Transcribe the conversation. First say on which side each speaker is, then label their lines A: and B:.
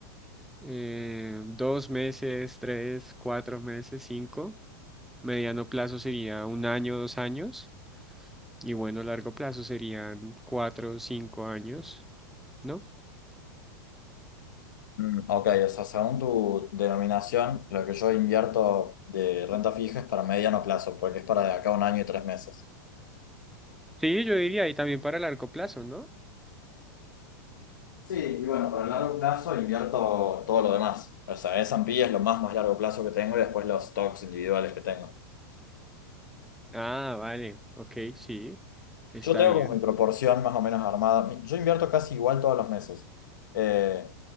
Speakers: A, in the centre; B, on the left.
A: eh, dos meses, tres, cuatro meses, cinco. Mediano plazo sería un año, dos años. Y bueno, largo plazo serían cuatro, cinco años, ¿no?
B: Mm, ok, o sea, según tu denominación, lo que yo invierto de renta fija es para mediano plazo, porque es para de acá a un año y tres meses.
A: Sí, yo diría, y también para largo plazo, ¿no?
B: Sí, y bueno, para el largo plazo invierto todo lo demás. O sea, S&P es lo más más largo plazo que tengo y después los stocks individuales que tengo.
A: Ah, vale, ok, sí, está
B: Yo tengo
A: bien.
B: como mi proporción más o menos armada. Mi- Yo invierto casi igual todos los meses. Eh,